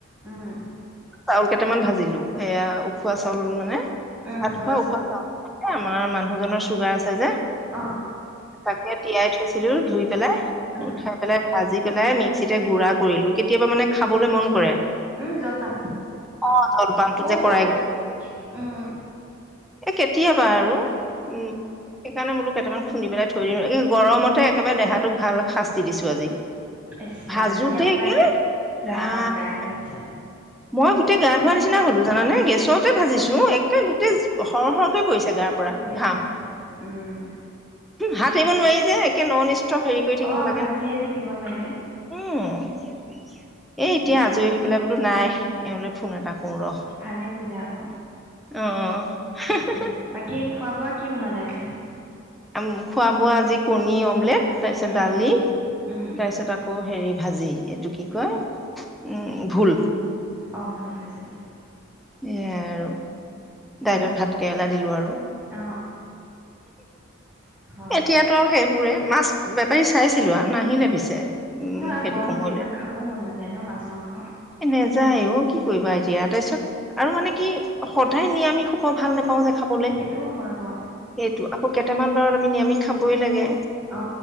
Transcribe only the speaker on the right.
উম,
উম,
ভজা
চাউল
অ'।
উম,
উম জলপান
মই
ক
সেইটো উম
ইচ
ৰাম এনে আপোনাৰ গা
বেয়া হৈ আছে
ই
ৰাম। উম,
অ'
ভাজিয়ে
থাকিব লাগে।
সেইটোৱে
ভালেই কৰিলে আকৌ
সেয়া বাকী খোৱা বোৱা কি বনালে আজি।
উম,
উম,
অ ভুল ভজিলে
অ অ হয়
দিয়ক।
নহয়
গৰমত
এইবিলাক খাবও মন নাযায় ন মাছ মাংস
সেইটোও হয় বাৰু
অ